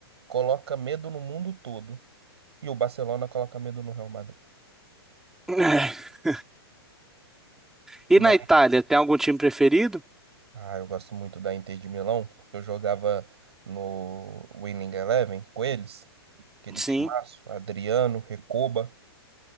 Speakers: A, on the right; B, in the centre.
A: coloca medo no mundo todo. E o Barcelona coloca medo no Real Madrid.
B: <sighs> E
A: Mas,
B: na Itália, tem algum time preferido?
A: ah, eu gosto muito da Inter de Milão, porque eu jogava no Winning Eleven com eles. Aquele
B: Sim,
A: timaço: Adriano, Recoba,